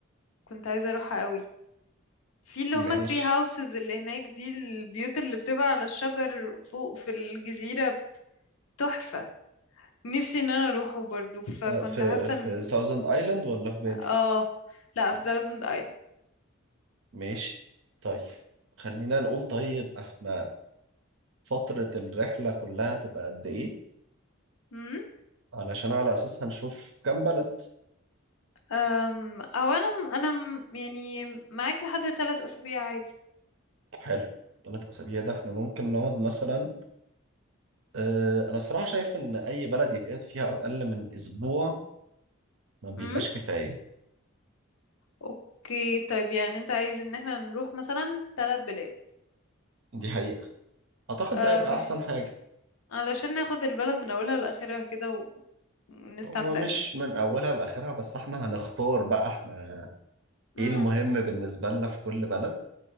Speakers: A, on the left; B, on the right.
A: كنت عايزه اروحها قوي في اللي
B: ماشي
A: هما تري هاوسز اللي هناك دي البيوت اللي بتبقى على الشجر فوق في الجزيره تحفه نفسي ان انا اروحه برضو فكنت
B: آه، في
A: حاسه
B: في
A: ان
B: ساوزند ايلاند ولا في بالي
A: اه لا في ثاوزند ايلاند
B: ماشي طيب خلينا نقول طيب احنا فترة الرحلة كلها تبقى قد ايه
A: امم
B: علشان على اساس هنشوف كام بلد
A: أم، او انا انا م- يعني معاك لحد ثلاث اسابيع عادي
B: حلو ثلاث اسابيع ده احنا ممكن نقعد مثلا اه انا الصراحة شايف ان اي بلد يتقعد فيها اقل من اسبوع ما بيبقاش
A: امم
B: كفاية
A: اوكي طيب يعني انت عايز ان احنا نروح مثلا ثلاث بلاد
B: دي حقيقة اعتقد
A: أه
B: ده هيبقى
A: بح-
B: احسن حاجة
A: علشان ناخد البلد من اولها لاخرها كده و- ونستمتع
B: هو مش
A: يعني
B: من اولها لاخرها بس احنا هنختار بقى احنا
A: امم
B: ايه المهم بالنسبة لنا في كل بلد